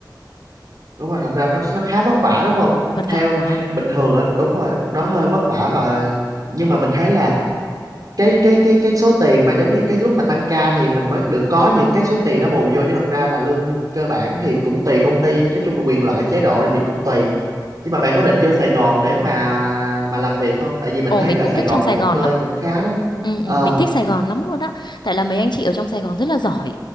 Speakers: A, on the right; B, on the left.
A: đúng rồi thật ra nó nó khá vất vả đúng không
B: vất
A: theo,
B: vả quá
A: theo bình thường á đúng rồi nó hơi vất vả và nhưng mà mình thấy là cái cái cái cái số tiền mà giống như cái lúc mà tăng ca thì mình mới được có những cái số tiền nó bù vô chứ thật ra là lương cơ bản thì cũng tùy công ty nói chung là quyền lợi chế độ này thì cũng tùy nhưng mà bạn có định vô Sài Gòn để mà mà làm việc không tại vì mình
B: Ồ
A: thấy
B: mình
A: là
B: cũng
A: Sài
B: thích
A: Gòn
B: trong Sài
A: là một
B: Gòn
A: nơi
B: lắm.
A: cũng khá đó
B: Ừ,
A: ờ
B: ừ, mình thích Sài Gòn lắm luôn á. Tại là mấy anh chị ở trong Sài Gòn rất là giỏi.